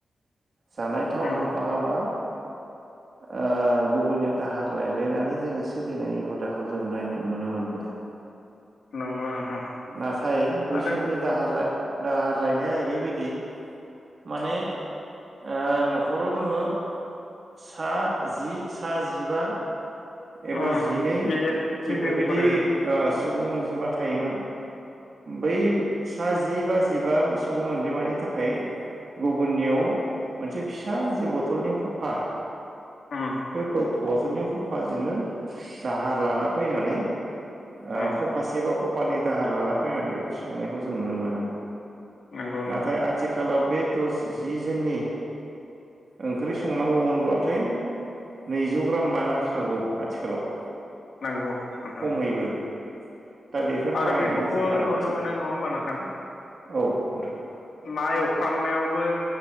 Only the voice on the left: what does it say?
उम
नंगौ नोंथां
आरो
उम
गिदिर
गिदिर
फरायल' उम
उम
उम
नंगौ नोंथां
नंगौ नोंथां।
आरो
बेखौबो
नुनो मोनो नङा होमबा नोंथां
ना एवफ्रामनायावबो